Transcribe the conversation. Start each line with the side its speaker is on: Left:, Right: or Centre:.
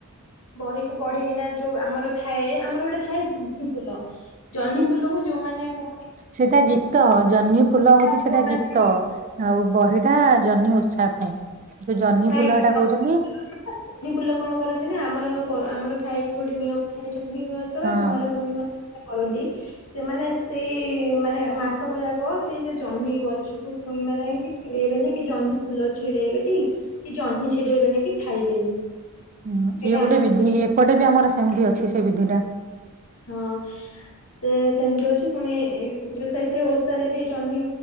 Left: ବହିକୁ ପଢିକିନା ଯୋଉ ଆମର ଥାଏ ଆମର ଗୋଟେ ଥାଏ ଜହ୍ନିିଫୁଲ ଜହ୍ନିିଫୁ ଯୋଉମାନେ କୁ
Right: ସେଇଟା ଗୀତ ଜହ୍ନି ଫୁଲ ହଉଛି ସେଇଟା
Left: ଯୋଉମାନେ
Right: ଗୀତ ଆଉ ବହିଟା ଜହ୍ନି ଓଷା ପାଇଁ ଯୋଉ ଜହ୍ନି
Left: ନାଇଁ
Right: ଫୁଲ ଏଟା
Left: ଜହ୍ନିଫୁଲରେ
Right: କହୁଛନ୍ତି
Left: ନା ଜହ୍ନିଫୁଲ କଣ କରନ୍ତି ନା ଆମର ଆମର ଥାଇକି ଗୋଟେ ନିୟମ ଥାଏ ଜହ୍ନି ଗଛ ର
Right: ହଁ
Left: କୁମାର ପୂର୍ଣ୍ଣିମା କରନ୍ତି ସେମାନେ ସେଇ ମାନେ ମାସକ ଯାକ ସେ ଜହ୍ନି ଗଛକୁ ଛୁଇଁ ନାହିଁ କି ଛିଡେଇବେନିଁ କି ଜହ୍ନି ଫୁଲ ଛିଡେଇବେନି କି ଜହ୍ନି ଛିଡେଇବେନି କି ଖାଇବେନି
Right: ହଁ
Left: ଏଇଟା
Right: ଇଏ
Left: ଆମର
Right: ଗୋଟେ ବିଧି
Left: ଥାଏ
Right: ଏପଟେ ବି ଆମର ସେମିତି ଅଛି ସେ ବିଧି ଟା
Left: ହଁ ସେ ସେମିତି ଅଛି ପୁଣି ଏଇ ସେଥିରେ ଓଷାରେ ବି ଜହ୍ନି